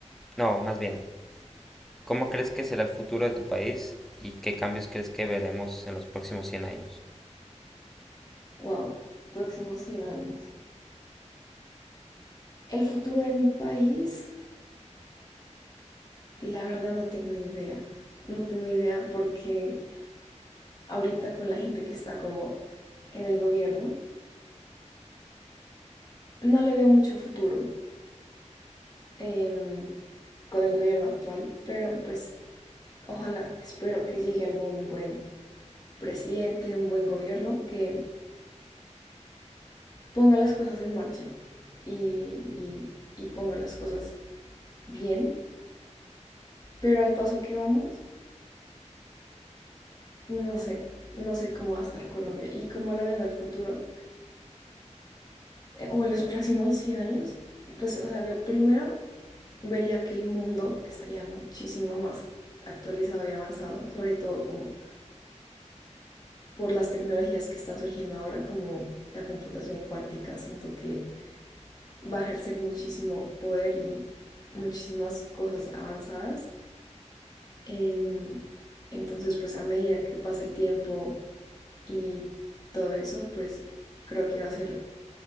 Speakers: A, in the centre; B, on the left.
A: no, más bien, ¿cómo crees que será el futuro de tu país y qué cambios crees que veremos en los próximos cien años?
B: Wow. Próximos cien años. El futuro de mi país, la verdad no tengo idea. No tengo idea porque ahorita con la gente que está como en el gobierno, no le veo mucho futuro em, con el gobierno actual, pero pues ojalá, espero que llegue algún buen presidente, un buen gobierno que ponga las cosas en marcha y, y- y ponga las cosas bien, pero al paso que vamos, no sé, no sé cómo va a estar Colombia y cómo la veo en el futuro eh, o en los próximos 100 años. Pues, o sea, yo primero vería que el mundo estaría muchísimo más actualizado y avanzado, sobre todo como por las tecnologías que están surgiendo ahora, como la computación cuántica, siento que va a ejercer muchísimo poder y muchísimas cosas avanzadas. Em, entonces, pues a medida que pasa el tiempo y todo eso, pues creo que va a ser